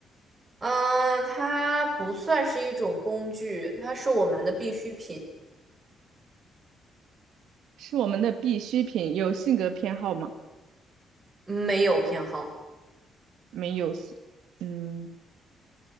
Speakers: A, on the right; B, on the right.
A: 嗯，它不算是一种工具，它是我们的必需品，
B: 是我们的必需品，有性格偏好吗？
A: 没有偏好。
B: 没有性嗯，